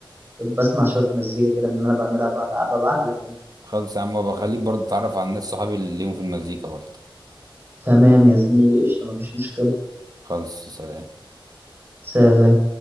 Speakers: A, on the right; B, on the right.
A: بسمع شوية مزيكا كده من اللي انا بعملها ببعت لك يعني
B: خلص يا عم وبخليك برضه تتعرف على الناس صحابي اللي ليهم في المزيكا برضه
A: تمام يا زميلي قشطة مفيش مشكلة
B: خلص سلام
A: سهلة